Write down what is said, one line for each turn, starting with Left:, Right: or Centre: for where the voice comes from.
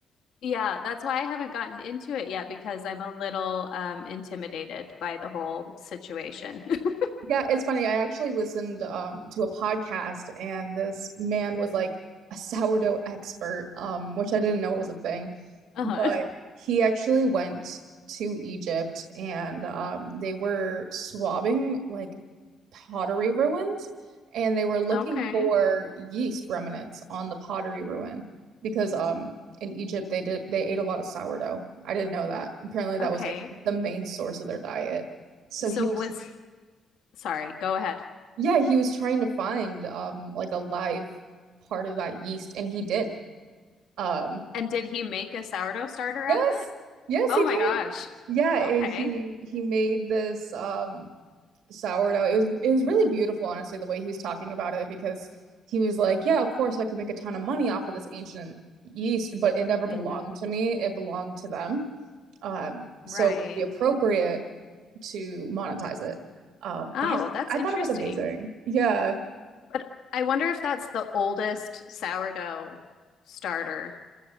Left: Yeah, that's why I haven't gotten into it yet because I'm a little um, intimidated by the whole situation. <laughs>
Right: Yeah, it's funny. I actually listened um, to a podcast, and this man was like a sourdough expert, um, which I didn't know was a thing.
Left: Uh-huh.
Right: But he actually went to Egypt, and um, they were swabbing like pottery ruins, and they were looking
Left: Okay.
Right: for yeast remnants on the pottery ruin because um, in Egypt they did they ate a lot of sourdough. I didn't know that. Apparently, that
Left: Okay.
Right: was like the main source of their diet. So
Left: So
Right: he was
Left: was, sorry, go ahead.
Right: yeah, he was trying to find um like a live part of that yeast and he did. Um
Left: And did he make a sourdough starter out
Right: yes.
Left: of it?
Right: Yes,
Left: Oh
Right: he
Left: my
Right: did.
Left: gosh.
Right: Yeah, and
Left: Okay.
Right: he he made this um sourdough. It was it was really beautiful, honestly, the way he was talking about it because he was like, yeah, of course I could make a ton of money off of this ancient yeast, but it never belonged
Left: Mm-hmm.
Right: to me. It belonged to them. Um
Left: Right.
Right: so it would be appropriate to monetize it. Um
Left: Oh,
Right: but I,
Left: that's
Right: I
Left: interesting.
Right: thought it was amazing. Yeah.
Left: But I wonder if that's the oldest sourdough starter,